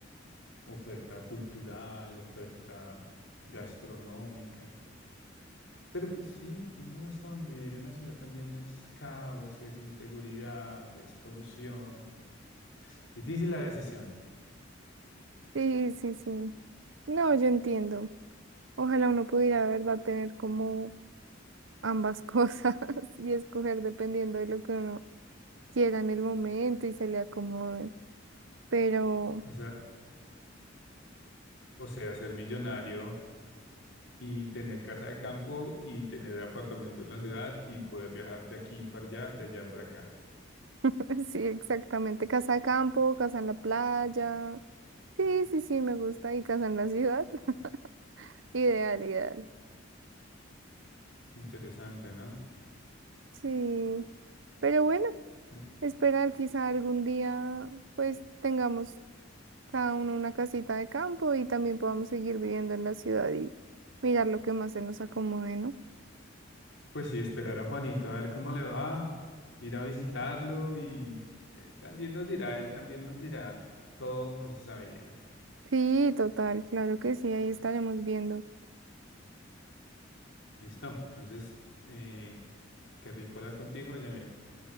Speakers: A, on the left; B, on the right.
A: oferta cultural, oferta gastronómica. Pero pues sí, tienes razón, vivir en la ciudad también es caos, es inseguridad, es polución. Difícil la decisión.
B: Sí, sí, sí. No, yo entiendo. Ojalá uno pudiera, de verdad, tener como ambas <laughs> cosas y escoger dependiendo de lo que uno quieran el momento y se le acomoden. Pero
A: O sea, o sea, ser millonario. y tener casa de campo y tener apartamento en la ciudad y poder viajar de aquí para allá, de allá para acá.
B: <laughs> sí, exactamente, casa de campo, casa en la playa. Sí, sí, sí, me gusta. Y casa en la ciudad, <laughs> ideal, ideal.
A: Interesante, ¿no?
B: Sí, pero bueno,
A: Bu-
B: esperar quizá algún día pues tengamos cada uno una casita de campo y también podamos seguir viviendo en la ciudad y mirar lo que más se nos acomode, ¿no?
A: Pues sí, esperar a Juanito a ver cómo le va, ir a visitarlo y eh, también nos dirá, él también nos dirá cómo es esa vida.
B: Sí, total, claro que sí, ahí estaremos viendo.
A: Listo, entonces, eh, qué rico hablar contigo, oye